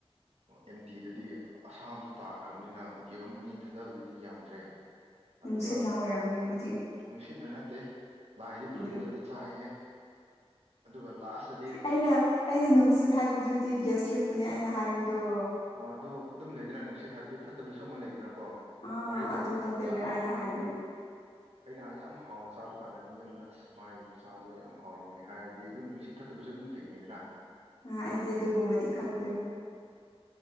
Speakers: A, on the right; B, on the left.
A: ꯑꯦꯝꯇꯤꯗꯗꯤ ꯑꯁꯥꯝꯗꯣ ꯇꯥꯈ꯭ꯔꯕꯅꯤꯅ ꯌꯦꯔꯨꯝ ꯑꯅꯤ ꯊꯥꯗꯕꯗꯨꯗꯤ ꯌꯥꯗ꯭ꯔꯦ
B: ꯅꯨꯡꯁꯤꯠꯅ
A: ꯑꯗꯨꯒ
B: ꯑꯣꯏꯔꯝꯅꯤ ꯑꯗꯨꯗꯤ
A: ꯅꯨꯡꯁꯤꯠꯅ ꯅꯠꯇꯦ ꯂꯥꯏꯗꯤ ꯈꯨꯔꯨꯝꯃꯒꯗꯤ
B: ꯑꯗꯨ
A: ꯆꯥꯏꯍꯦ ꯑꯗꯨꯒ ꯂꯥꯁꯇꯗꯤ
B: ꯑꯩꯅ ꯑꯩꯅ ꯅꯨꯡꯁꯤꯠ ꯍꯥꯏꯕꯗꯨꯗꯤ ꯒꯦꯁꯇ꯭ꯔꯤꯛꯄꯨꯅꯦ ꯑꯩꯅ ꯍꯥꯏꯕꯗꯣ
A: ꯑꯣ ꯑꯗꯨ ꯑꯗꯨꯝ ꯂꯩꯗꯅ ꯅꯨꯡꯁꯤꯠ ꯍꯥꯏꯕꯗꯤ ꯐꯠꯇꯕꯁꯨ ꯑꯃ ꯂꯩꯗꯅꯀꯣ
B: ꯑꯥ
A: ꯋꯥꯔꯤꯕ
B: ꯑꯗꯨ
A: ꯑꯩꯅ
B: ꯅꯠꯇꯦꯕ
A: ꯌꯥꯝ
B: ꯑꯩꯅ
A: ꯍꯥꯎꯅ
B: ꯍꯥꯏꯗꯤ
A: ꯑꯩꯅ ꯌꯥꯝ ꯍꯥꯎꯅ ꯆꯥꯕ ꯀꯥꯟꯗ ꯃꯤ ꯑꯃꯅ ꯑꯁ ꯃꯥꯏꯆꯥꯗꯣ ꯌꯥꯝ ꯍꯥꯎꯔꯝꯒꯅꯤ ꯍꯥꯏꯔꯗꯤ ꯑꯗꯨꯝ ꯅꯨꯡꯁꯤꯠ ꯐꯠꯇꯕꯁꯨ ꯑꯗꯨꯝ ꯊꯦꯡꯅꯩꯗꯅ
B: ꯑ ꯑꯩꯗꯤ ꯑꯗꯨꯒꯨꯝꯕꯗꯤ ꯈꯪꯗ꯭ꯔꯦ